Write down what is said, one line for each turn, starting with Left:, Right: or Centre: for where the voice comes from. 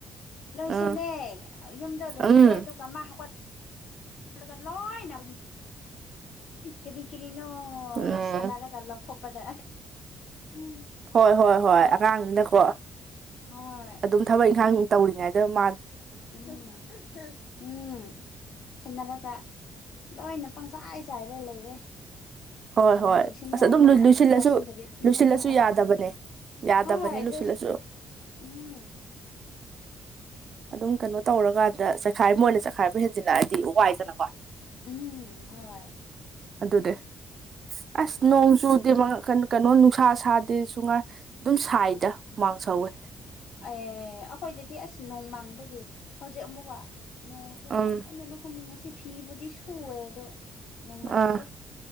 Left: ꯂꯣꯏꯁꯤꯜꯂꯦ
Right: ꯎꯝ
Left: ꯌꯨꯝꯗꯣ ꯂꯣꯏꯁꯤꯜꯂꯦ
Right: ꯎꯝ
Left: ꯑꯗꯨ ꯄꯥꯃ ꯍꯧꯒꯠꯂꯒ ꯂꯣꯏꯅ ꯀꯔꯤ ꯀꯔꯤꯅꯣ
Right: ꯎꯝ
Left: ꯁꯥꯟꯅꯔꯒ ꯂꯧꯊꯣꯛꯄꯗ ꯎꯄꯥꯏ
Right: ꯍꯣꯏ ꯍꯣꯏ
Left: ꯂꯩꯇꯦ
Right: ꯍꯣꯏ ꯑꯉꯥꯡꯅꯤꯅꯀꯣ
Left: ꯍꯣꯏ
Right: ꯑꯗꯨꯝ ꯊꯕꯛ ꯏꯪꯈꯥꯡ ꯇꯧꯔꯤꯉꯩꯗ ꯃꯥ
Left: ꯎꯝ ꯎꯝ ꯁꯦꯟꯅꯔꯒ ꯂꯣꯏꯅ ꯄꯪꯆꯥꯏ ꯆꯥꯏꯔꯦ ꯂꯩꯔꯦ
Right: ꯍꯣꯏ
Left: ꯁꯅꯥꯈꯤꯁꯅꯨ
Right: ꯍꯣꯏ ꯑꯁ
Left: ꯍꯥꯏꯅ
Right: ꯑꯗꯨꯝ ꯂꯣꯏꯁꯤꯜꯂꯁꯨ
Left: ꯂꯧꯁꯤꯟꯗꯕꯤ ꯑꯗꯨꯝ
Right: ꯂꯣꯏꯁꯤꯜꯂꯁꯨ
Left: ꯊꯝꯕ
Right: ꯌꯥꯗꯕꯅꯦ ꯌꯥꯗꯕꯅꯦ
Left: ꯍꯣꯏ
Right: ꯂꯣꯏꯁꯤꯜꯂꯁꯨ
Left: ꯂꯣꯏ ꯎꯝ
Right: ꯑꯗꯨꯝ ꯀꯩꯅꯣ ꯇꯧꯔꯀꯥꯟꯗ ꯆꯈꯥꯏ ꯃꯣꯏꯅ ꯆꯈꯥꯏꯕ ꯍꯦꯟꯖꯤꯜꯂꯛꯑꯗꯤ ꯋꯥꯏꯗꯅꯀꯣ
Left: ꯎꯝ ꯍꯣꯏ
Right: ꯑꯗꯨꯗꯤ ꯑꯁ ꯅꯣꯡꯖꯨ ꯀꯩꯅꯣ ꯅꯨꯡꯁꯥ ꯁꯥꯗꯦꯁꯨ ꯉꯥꯏ ꯑꯗꯨꯝ ꯁꯥꯏꯗ ꯍꯨꯃꯥꯡ ꯁꯧꯋꯦ
Left: ꯑꯦ ꯑꯩꯈꯣꯏꯗꯗꯤ ꯑꯁ ꯅꯣꯡ ꯃꯪꯖꯒꯤ ꯍꯧꯖꯤꯛ ꯑꯃꯨꯛꯀ ꯅꯣꯡꯁꯦ
Right: ꯎꯝ
Left: ꯀꯃꯥꯏꯅꯅꯣ ꯈꯪꯗꯦ ꯉꯁꯤ ꯐꯤꯕꯨꯗꯤ ꯁꯨꯑꯦ ꯑꯗꯣ ꯅꯨꯡꯉꯥꯏꯇ꯭ꯔꯦ
Right: ꯑꯥ